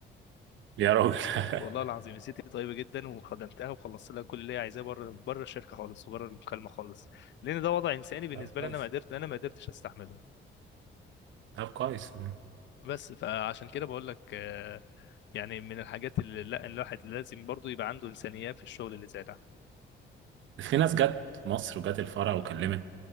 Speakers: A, on the right; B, on the left.
A: يا راجل <laughs>
B: والله العظيم الست دي طيبه جدا وخدمتها وخلصت لها كل اللي هي عايزاه بره بره الشركه خالص وبره المكالمه خالص لان ده وضع انساني بالنسبه
A: طب كويس
B: لي انا ما قدرت انا ما قدرتش استحمله
A: طب كويس مم.
B: بس فعشان كده بقول لك آه، يعني من الحاجات اللي لا الواحد لازم برضو يبقى عنده انسانيه في الشغل اللي زي ده
A: في ناس جت مصر وجت الفرع وكلمت